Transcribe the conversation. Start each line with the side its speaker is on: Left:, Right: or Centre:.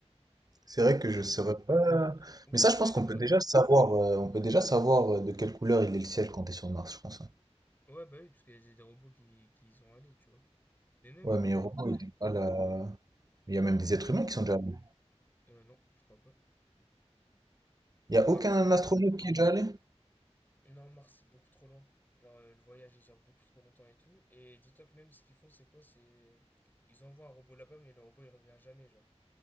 Right: C'est vrai
Left: Mais
Right: que
Left: c'est
Right: je
Left: vrai
Right: saurais
Left: que c'est-
Right: pas.
Left: Ou
Right: Mais
Left: juste
Right: ça, je
Left: ça,
Right: pense
Left: aller
Right: qu'on
Left: dans
Right: peut déjà savoir. euh, on peut déjà savoir euh, de quelle couleur il est le ciel quand t'es sur Mars, je pense. hein.
Left: Ouais, bah oui, parce qu'il y a des robots qui, qui y sont allés, tu vois. Mais même.
Right: Ouais,
Left: euh,
Right: mais heureusement,
Left: on-
Right: il
Left: euh,
Right: est pas là. Il y a même des
Left: ah,
Right: êtres humains qui sont déjà allés.
Left: euh, non, je crois pas.
Right: Il n'y a
Left: Mars.
Right: aucun
Left: euh,
Right: astronaute qui est déjà allé?
Left: Non, Mars, c'est beaucoup trop loin. Genre, euh, le voyage, il dure beaucoup trop longtemps et tout. Et dis-toi que même ce qu'ils font, c'est quoi C'est. Ils envoient un robot là-bas, mais le robot, il revient jamais, genre.